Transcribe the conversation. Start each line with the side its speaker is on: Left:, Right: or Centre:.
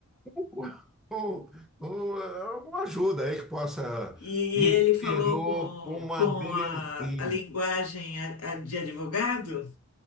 Centre: um- um- um, uma ajuda aí que possa
Left: E,
Centre: me
Left: ele falou
Centre: tirou
Left: com,
Centre: uma
Left: com
Centre: belezinha.
Left: a, a linguagem a- a de advogado?